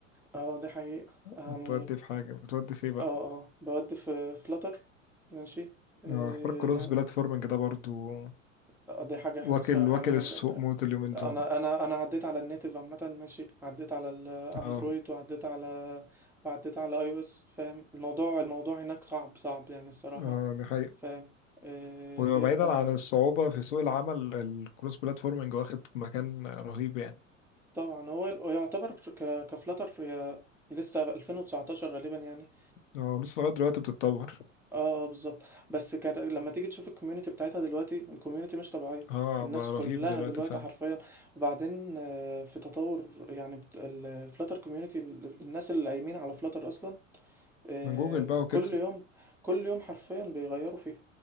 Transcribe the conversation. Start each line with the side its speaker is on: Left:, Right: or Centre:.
Centre: اه دي حقيقة يعني
Left: بتودي في حاجة بتودي في ايه بقى
Centre: اه اه بود في فلاتر ماشي آه،
Left: آه، حوار الكروس بلاتفورمنج ده برضو
Centre: آه، دي حاجة حلوة
Left: واكل
Centre: الصراحة
Left: واكل
Centre: يعني أنا
Left: السوق
Centre: جل...
Left: موت اليومين
Centre: أنا
Left: دول
Centre: أنا أنا عديت على النيتيف عامة ماشي عديت على الأندرويد
Left: اه
Centre: وعديت على وعديت على أي أو إس فاهم الموضوع الموضوع هناك صعب صعب يعني الصراحة
Left: اه دي حقيقة
Centre: فاهم آه،
Left: وبعيدا
Centre: بيبقى
Left: عن الصعوبة في سوق العمل الكروس بلاتفورمنج واخد مكان رهيب يعني
Centre: طبعا هو هو يعتبر ك... كفلاتر هي لسه 2019 غالبا يعني
Left: اه لسه لغاية دلوقتي بتتطور
Centre: اه اه بالظبط بس كان لما تيجي تشوف الكوميونتي بتاعتها دلوقتي الكوميونتي مش طبيعية
Left: اه
Centre: الناس
Left: بقى
Centre: كلها
Left: رهيب دلوقتي
Centre: دلوقتي
Left: فعلا
Centre: حرفيا وبعدين آه، في تطور يعني الفلاتر كوميونتي الناس اللي قايمين على فلاتر اصلا آه،
Left: من جوجل بقى وكده
Centre: كل يوم كل يوم حرفيا بيغيروا فيها